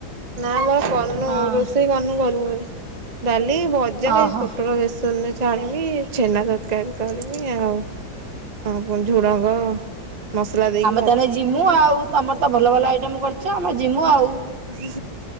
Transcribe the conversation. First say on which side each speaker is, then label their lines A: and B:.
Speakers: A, on the right; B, on the right.
A: ନା ବା କରନୁ
B: ହଁ
A: ରୋଷେଇ କରନୁ କରିମୁ ଗଲେ। ଡାଲି, ଭଜା
B: ଓହୋ
A: ଏ ପୋଟଳ ବେସନରେ ଛାଣିମି ଛେନା ତରକାରୀ କରିମି ଆଉ। ହଁ କଁ ଝୁଡଙ୍ଗ ମସଲା ଦେଇକି
B: ତାନେ ଜିମୁ ଆଉ ତମର ତ ଭଲ ଭଲ ଆଇଟମ କରିଛ ଆମେ ଜିମୁ ଆଉ।
A: ହଁ